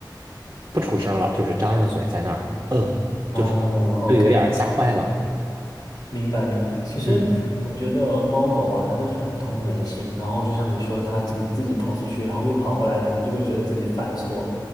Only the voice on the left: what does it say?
啊
，OK。
明白明白，其实我觉得猫狗啊，
它都是很通人性。然后就像你说，它这个自己跑出去，然后又跑回来，可能就会觉得自己犯错。